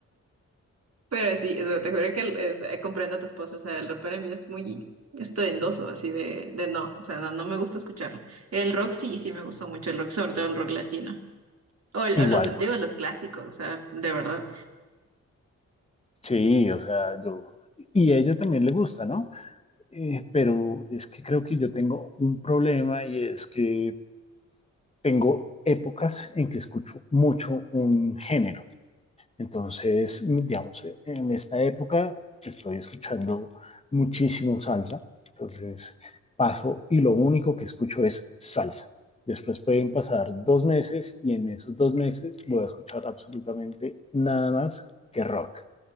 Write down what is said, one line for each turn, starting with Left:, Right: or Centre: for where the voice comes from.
Right: Pero sí, o sea, te juro que eh, o sea, comprendo a tu esposa. O sea, el rap para mí es muy estruendoso, así de, de no. O sea, no, no me gusta escucharlo. El rock sí, sí me gustó mucho el rock, sobre todo el rock latino. O, el-
Left: Igual,
Right: o los antiguos, los clásicos, o sea, de verdad.
Left: sí, o sea, yo y a ella también le gusta, ¿no? Eh, pero es que creo que yo tengo un problema y es que tengo épocas en que escucho mucho un género Entonces, digamos, e, en esta época estoy escuchando muchísimo salsa, entonces paso y lo único que escucho es salsa. Después pueden pasar dos meses y en esos dos meses voy a escuchar absolutamente nada más que rock.